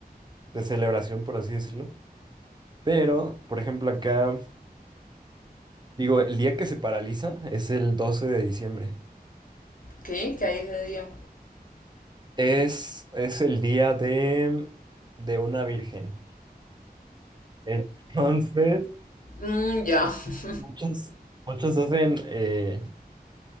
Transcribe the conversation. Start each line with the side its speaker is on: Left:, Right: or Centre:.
Right: de celebración, por así decirlo. Pero, por ejemplo, acá, digo, el día que se paraliza es el 12 de diciembre.
Left: ¿Qué? ¿Qué hay ese día?
Right: Es, es el día de, de una virgen. <laughs> Entonces,
Left: Mmm, ya. <laughs>
Right: muchos, muchos hacen, eh,